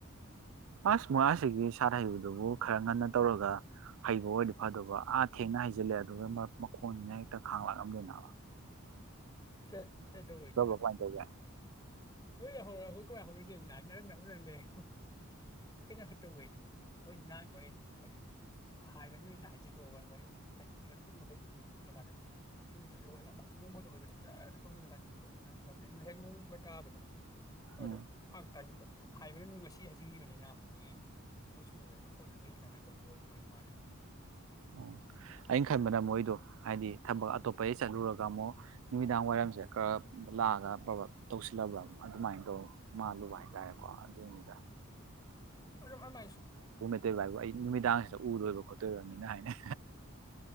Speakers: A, on the right (about 70°); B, on the left (about 15°).
A: ꯑꯁ ꯃꯣꯏꯥꯁꯤꯒꯤ ꯁꯥꯠ ꯍꯩꯕꯗꯨꯕꯨ ꯈꯔ ꯉꯟꯅ ꯇꯧꯔꯒ ꯍꯩꯕ ꯑꯣꯏꯔꯗꯤ ꯐꯗꯕ ꯑꯥ ꯊꯦꯡꯅ ꯍꯩꯖꯤꯜꯂꯦ ꯑꯗꯨꯒ ꯃꯈꯣꯟꯗꯨꯅ ꯍꯦꯛꯇ ꯈꯥꯡ ꯂꯥꯛꯂꯝꯗꯣꯏꯅꯕ
B: ꯀ ꯀꯗꯧꯕꯣꯏꯅꯤ ꯃ
A: ꯀꯃꯥꯏꯅ ꯇꯧꯒꯦ
B: ꯅꯣꯏ ꯌꯥ ꯍꯧꯔ ꯑꯩꯈꯣꯏ ꯀꯋꯥꯏ ꯍꯧꯧꯔꯁꯦꯔꯪ ꯂꯩꯦ ꯀꯩꯅꯣ ꯇꯧꯕꯩꯅꯤꯅꯦ ꯃꯣꯏꯗꯤ ꯅꯍꯥꯟ ꯃꯣꯏ ꯍꯥꯏꯗꯤ ꯍꯥꯏꯕꯅꯤꯣꯏꯅ ꯍꯥꯏꯖꯤꯜꯂꯛꯑꯣꯒ ꯃꯣꯏ ꯍꯥꯏꯗꯤ ꯌꯣꯠ ꯄꯨꯟꯕꯈꯩꯗꯣ ꯌꯣꯠ ꯄꯨꯜꯂꯀꯥꯟꯗ ꯅꯨꯃꯤꯠꯇꯨꯗ ꯑꯃꯨꯛꯇ ꯅꯣꯡꯃꯗ ꯑꯣꯏꯕꯅꯤꯅ ꯆꯖꯅ ꯇꯣꯡꯁꯤꯜꯂꯀꯥꯟꯗ ꯄꯣꯠꯇꯣ ꯅꯪ ꯍꯦꯛ ꯅꯣꯡꯃꯒ ꯇꯥꯕꯗꯣ ꯑꯗꯣ
A: ꯎꯝ
B: ꯐꯥꯛ ꯇꯥꯁꯤꯟꯕ ꯍꯥꯏꯕꯗꯨ ꯅꯨꯡꯉ ꯁꯤ ꯍꯩꯖꯤꯟꯈꯤꯕꯅꯤꯅ ꯑꯗꯨꯒꯤ ꯂꯣꯏꯁꯤꯟꯗꯨꯗꯅ ꯐꯣꯟꯗ ꯅꯣꯏꯁꯤ ꯇꯉꯥꯏꯅ ꯇꯧꯕ ꯑꯣꯏ ꯑꯗꯨꯃꯥꯏꯅ ꯃꯥꯜꯂꯦ
A: ꯑꯣ ꯑꯩꯅ ꯈꯟꯕꯅ ꯃꯣꯏꯗꯣ ꯍꯥꯏꯗꯤ ꯊꯕꯛ ꯑꯇꯣꯞꯄꯗꯒꯤ ꯆꯠꯂꯨꯔꯒ ꯑꯃꯨꯛ ꯅꯨꯃꯤꯗꯥꯡ ꯋꯥꯏꯔꯝꯁꯦ ꯈꯔ ꯂꯥꯛꯑꯒ ꯄꯕꯥ ꯇꯧꯁꯤꯜꯂꯕ꯭ꯔꯥ ꯑꯗꯨꯃꯥꯏꯅ ꯇꯧ ꯃꯥꯜꯂꯨꯕ ꯍꯥꯏꯇꯥꯔꯦꯀꯣ ꯑꯗꯨꯏꯅꯤꯗ
B: ꯑꯗꯨ ꯑꯃꯥꯏꯁꯨ
A: ꯈꯠꯇꯣꯏꯕ ꯍꯥꯏꯕꯨ ꯑꯩ ꯅꯨꯃꯤꯗꯥꯡꯁꯤꯗ ꯎꯗꯣꯏꯕ ꯈꯣꯠꯇꯣꯏꯕꯅꯤ ꯍꯥꯏꯅꯦ